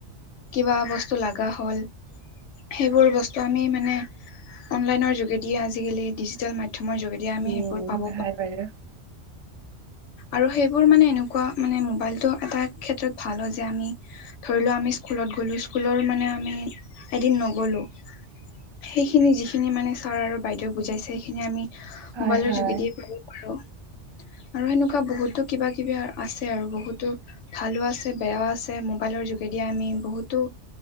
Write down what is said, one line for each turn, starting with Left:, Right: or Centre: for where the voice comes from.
Left: কিবা বস্তু লগা হল। সেইবোৰ বস্তু আমি মানে, অনলাইনৰ যোগেদিয়ে, আজিকালি ডিজিটেল মাধ্যমৰ যোগেদি তেতিয়া আমি
Right: উম।
Left: সেইবোৰ পাব পাৰো।
Right: হয় বাইদেউ
Left: আৰু সেইবোৰ মানে এনেকুৱা, মানে মোবাইলটো এটা ক্ষেত্ৰত ভাল হয় যে, আমি ধৰি লও আমি স্কুলত গ'লো, স্কুলৰ মানে আমি এদিন নগলো। সেইখিনি, যিখিনি মানে ছাৰ আৰু বাইদেউে বুজাইছে সেইখিনি আমি,
Right: হয়
Left: মোবাইলৰ
Right: হয়।
Left: যোগেদিয়ে কব পাৰো। আৰু সেনেকুৱা বহুতো কিবা কিবি আছে আৰু। বহুতো ভালো আছে, বেয়াও আছে। মোবাইলৰ যোগেদি আমি বহুতো